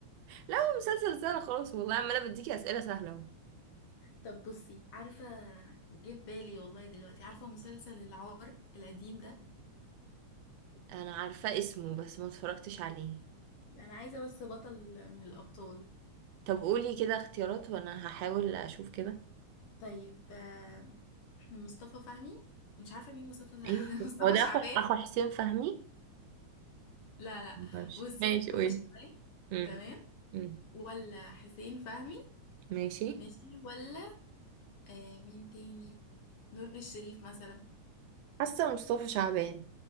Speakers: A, on the right (about 80°); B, on the left (about 60°).
A: لا هو مسلسل سهل خالص والله عماله بديكي اسئله سهله اهو
B: طب بصي عارفة جه في بالي والله دلوقتي عارفة مسلسل العار القديم ده
A: انا عارفه اسمه بس ما اتفرجتش عليه
B: انا عايزة بس بطل من الابطال
A: طب قولي كده اختيارات وانا هحاول اشوف كده
B: طيب آم، مصطفى فهمي مش عارفة مين مصطفى
A: يمكن
B: <laughs> مصطفى
A: هو ده
B: شعبان
A: اخو اخو حسين فهمي
B: لا لا
A: ماشي
B: بصي
A: ماشي
B: مصطفى
A: قولي
B: شعبان
A: مم.
B: تمام
A: مم.
B: ولا حسين فهمي
A: ماشي
B: ماشي ولا آه مين تاني نور الشريف مثلا
A: حاسة مصطفى شعبان